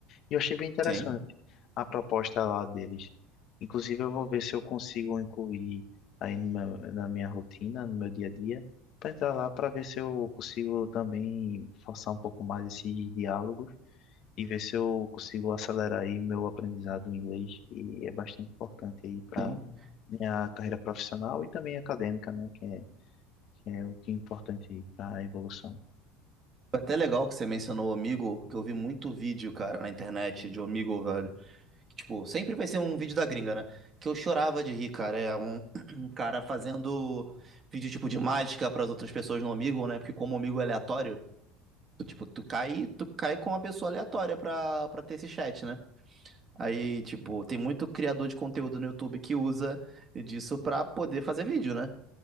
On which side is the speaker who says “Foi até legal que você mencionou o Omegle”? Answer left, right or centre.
Right